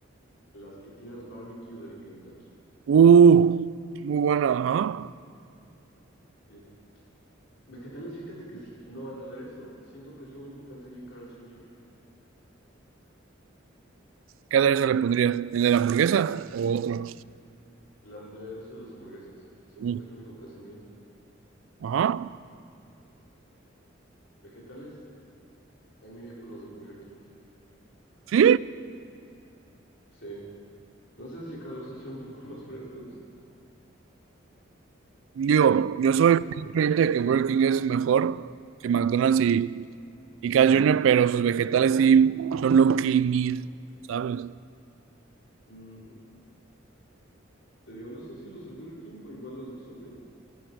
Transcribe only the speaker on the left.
Las que tiras barbecue del Kentucky.
Sí, Vegetales, fíjate que sí. No, en aderezo, siento que es lo único que hace bien Carl's Jr.
El aderezo de las hamburguesas. Siento
que es lo único que hacen bien.
Vegetales, hay media por los de Burger King.
Sí. No sé si acá los hacen un poco <laughs> más frescos,
pero
sí.
Ujú. Te digo, no sé si los del Burger King o igual los del Subway.